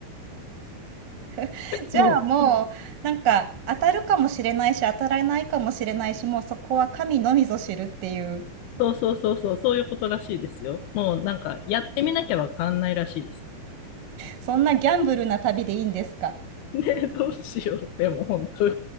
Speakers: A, on the right (about 70°); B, on the left (about 80°).
A: <laughs> じゃあもうなんか当たるかもしれないし当たらないかもしれないしもうそこは神のみぞ知るっていう
B: もう、そうそうそうそう、そういうことらしいですよ。もうなんか、やってみなきゃわかんないらしいです。
A: そんなギャンブルな旅でいいんですか
B: ねえ、どうしよう。でも本当に。